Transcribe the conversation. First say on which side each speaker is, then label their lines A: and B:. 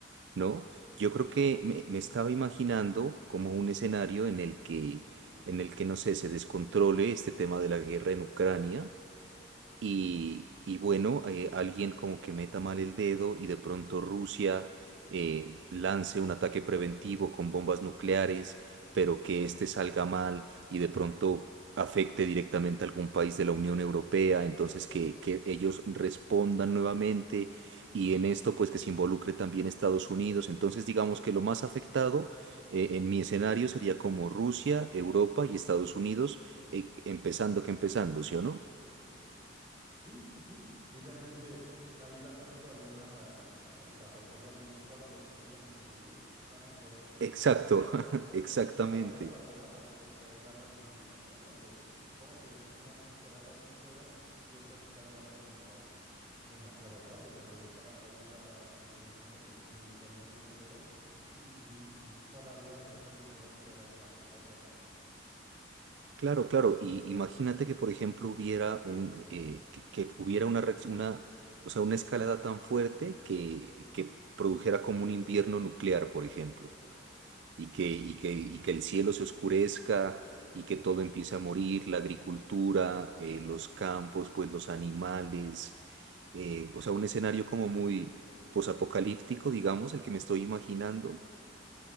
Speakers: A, on the right; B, on the right.
A: ¿no? Yo creo que me, me estaba imaginando como un escenario en el que, en el que, no sé, se descontrole este tema de la guerra en Ucrania y, y bueno, eh, alguien como que meta mal el dedo y de pronto Rusia eh, lance un ataque preventivo con bombas nucleares, pero que este salga mal y de pronto afecte directamente a algún país de la Unión Europea, entonces que, que ellos respondan nuevamente y en esto pues que se involucre también Estados Unidos. Entonces digamos que lo más afectado eh, en mi escenario sería como Rusia, Europa y Estados Unidos, eh, empezando que empezando, ¿sí o no?
B: Sí, sí, sí. Y realmente ahí va a ser un problema para Latinoamérica, porque realmente todos los que llegan a sobrevivir van a querer
A: Exacto,
B: correr hacia acá.
A: <laughs> exactamente.
B: Y va a ser un problema porque de plano de inmigración, donde supongo que se van a cerrar las fronteras y entonces ahí va a ser un caos demasiado grande, donde cada país va a tener una intervención militar en sus fronteras y, y, y todavía es algo que va a empeorar más la guerra.
A: Claro, claro. Y imagínate que, por ejemplo, hubiera un, eh, que, que hubiera una reacción, una, o sea, una escalada tan fuerte que, que produjera como un invierno nuclear, por ejemplo, y que, y que, y que el cielo se oscurezca y que todo empiece a morir, la agricultura, eh, los campos, pues los animales, eh, o sea, un escenario como muy posapocalíptico, digamos, el que me estoy imaginando